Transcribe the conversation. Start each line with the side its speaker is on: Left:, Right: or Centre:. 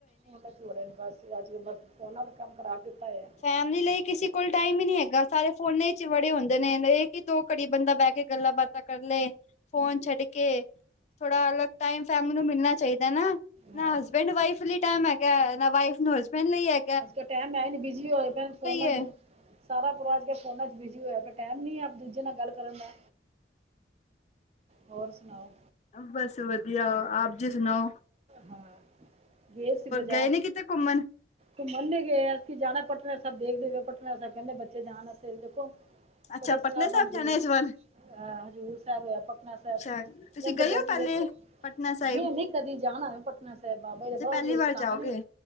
Right: ਓ ਵਦੀਆ ਰੈਂਦੈ ਅਸੀ ਆੱਜ ਅਂਦਰ, ਓਨਾਂ ਦਾ ਕਾੰਮ ਕਰਾ ਦਿੱਤਾ ਹੋਐ।
Left: ਫੈਮਲੀ ਲਈ ਕਿਸੀ ਕੋਲ ਟਾਈਮ ਈ ਨਈ ਹੈਗਾ, ਸਾਰੇ ਫੋਨਾਂ ਇਚ ਵੜੇ ਹੁੰਦੇ ਨੇ, ਏ ਕਿ ਦੋ ਘੜੀ ਬੰਦਾ ਬੈ ਕੇ ਗੱਲਾਂ ਬਾਤਾਂ ਕਰ ਲੇ, ਫੋਨ ਛੱਡ ਕੇ ਥੋੜਾ ਅਲੱਗ ਟਾਈਮ ਫੈਮੱ ਨੂੰ ਮਿਲਨਾ ਚਾਈਦੈ ਨਾ। ਨਾ
Right: ਹਾਂ
Left: ਹਸਬੈਂਡ ਵਾਈਫ ਲੀ ਟੈਮ ਹੈਗਾ, ਨਾ ਵਾਈਫ ਨੂੰ ਹਸਬੈਂਡ ਲਈ ਹੈ
Right: ਅਜ-ਕਲ ਟੈਮ ਐ ਨੀ ਬਿਜੀ ਹੋਏ ਪੇਨ, ਫੋਨਾਂ
Left: ਹੈ
Right: ਚ। ਸਾਰਾ ਪਰਵਾਰ ਅਜ-ਕਲ ਫੋਨਾਂ ਚ ਬਿਜੀ ਹੋਏਆ ਪੇਆ, ਟੈਮ ਨੀ ਹੈ ਇੱਕ ਦੂਜੇ ਨਾਲ ਗਾੱਲ ਕਰਨ ਦਾ। ਹੋਰ ਸੁਨਾਓ?
Left: ਬੱਸ ਵਦੀਆ, ਆਪ ਜੀ ਸੁਨਾਓ?
Right: ਹਾਂ, ਗੇ ਸੀ ਬਜਾਰ।
Left: ਗਏ ਨੀ ਕਿਤੇ ਘੁੰਮਣ
Right: ਘੁੰਮਨ ਨੀ ਗਏ ਅਸੀ, ਜਾਨੈ ਪਟਨਾ ਸੈਬ ਭੇਜ ਦੇਵੋ, ਪਟਨਾ ਸੈਬ ਕੈਂਦੇ ਬੱਚੇ ਜਾਨ ਵਸਤੇ, ਦੇਖੋ
Left: ਅੱਛਾ
Right: ਕਦੋਂ ਸਲਾਅ
Left: ਪਟਨਾ ਸਾਹਿਬ
Right: ਬਨਦੀ
Left: ਜਾਣਾ
Right: ਐ।
Left: ਇਸ ਵਾਰ
Right: ਆ ਹਜ਼ੂਰ ਸੈਬ ਯਾ ਪਟਨਾ ਸੈਬ
Left: ਅੱਛਾ ਤੁਸੀਂ
Right: ਕੈਂਦੇ
Left: ਗਏ
Right: ਪੇ
Left: ਹੋ
Right: ਸੀ,
Left: ਪਹਿਲੇ
Right: ਵੇਖੋ
Left: ਪਟਨਾ ਸਾਈਬ
Right: ਗੇ ਨੀ ਕਦੀ ਜਾਨ ਹੋਏਆ ਪਟਨਾ ਸੈਬ, ਬਾਬਾ ਜੀ ਦਾ ਬੜਾ
Left: ਤੇ ਪਹਿਲੀ
Right: ਵਦੀਆ
Left: ਵਾਰ
Right: ਸਥਾਨ
Left: ਜਾਓਗੇ
Right: ਏ।